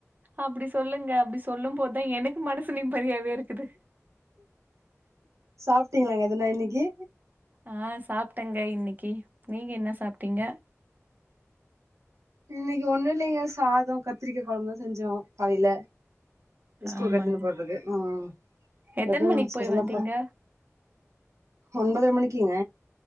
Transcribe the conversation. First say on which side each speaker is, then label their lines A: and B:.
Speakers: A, on the right; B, on the right.
A: அப்டி சொல்லுங்க அப்டி சொல்லும் போதுதா எனக்கு மனசு நிம்மதியாவே இருக்குது
B: சாப்ட்டீங்களாங்க எதுனா இன்னக்கி
A: ஆ சாப்ட்டேங்க இன்னக்கி நீங்க என்ன சாப்ட்டீங்க
B: இன்னக்கி ஒண்ணு இல்லங்க சாதோ கத்திரிக்கா கொழம்புதா செஞ்சோ காலேல ஸ்கூல்க்கு
A: ஆமாங்க
B: கட்டின்னு போறதுக்கு ம்
A: எத்தன
B: எதுவு
A: மணிக்கு
B: ஸ்பெஷலா
A: போய் வந்தீங்க
B: ஒன்பதர மணிக்குங்க